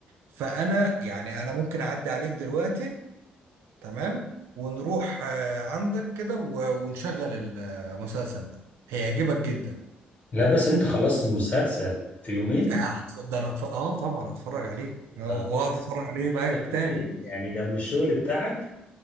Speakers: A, on the right; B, on the left.
A: فانا يعني انا ممكن اعدي عليك دلوقتي تمام ونروح آه، عندك كده و- ونشغل المسلسل ده هيعجبك جدا
B: لا بس انت خلصت المسلسل في يومين
A: آه، هتف- ده انا أتف... اه طبعا هتفرج عليه اه
B: 13
A: واقعد اتفرج عليه
B: كده
A: معاك
B: في يومين
A: تاني
B: يعني جنب الشغل بتاعك